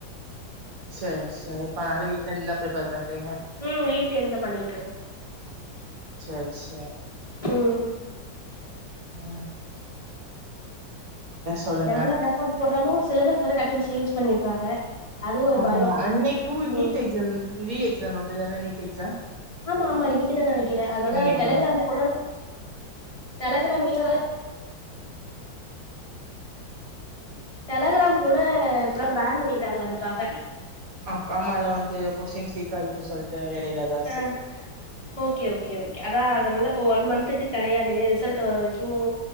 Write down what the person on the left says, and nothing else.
உம் வீடல இருந்த பண்ணிட்டு இருக்கோம்
உம்
எவ்வளோ எபர்ட் போாலும் சிலபஸ் டக்குன்னு சேஞ்ச் பண்ணிடுறாங்க அது ஒரு
பயோ
ம்
ஆமா ஆமா இன்னைக்கு தான் நினைக்கிறேன் அதனால
தெலங்கிராம கூட டெலகிராமவிட டெலகிராம் கூட இப்பல்லாம் பேன் பண்ணிட்டாங்க அதுக்காக
ஆ ஓகே ஓகே ஓகே அதான் அததுலல்ல இப்ப ஒன் மந்த்துக்கு கிடையாது ரிசல்ட் வர வரைக்கும்